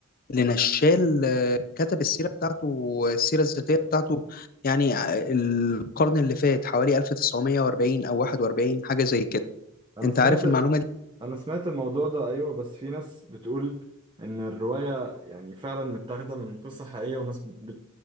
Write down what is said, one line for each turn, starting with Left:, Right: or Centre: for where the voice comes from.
Left: لنشال آه، كتب السيرة بتاعته السيرة الذاتية بتاعته يعني آه، القرن اللي فات حوالي 1940 أو 41 حاجة زي كده
Right: انا
Left: أنت
Right: سمعت
Left: عارف المعلومة دي؟
Right: انا سمعت الموضوع ده ايوه بس في ناس بتقول ان الروايه يعني فعلا متاخده من قصه حقيقيه وناس بت...